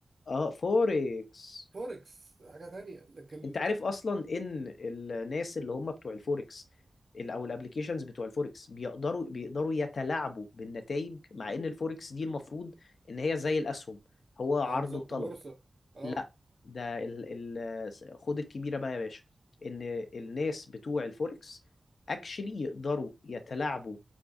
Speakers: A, on the left; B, on the right.
A: آه، فوركس
B: فوركس حاجة تانية لكن
A: انت عارف اصلا ان الناس اللي هم بتوع الفوركس ال- او الابليكيشنز بتوع الفوركس بيقدروا بيقدروا يتلاعبوا بالنتائج مع ان الفوركس دي المفروض ان هي زي الاسهم هو عرض
B: اه بالظبط
A: وطلب
B: بورصة اه
A: لا ده ال ال خد الكبيرة بقى يا باشا ان الناس بتوع الفوركس اكشلي يقدروا يتلاعبوا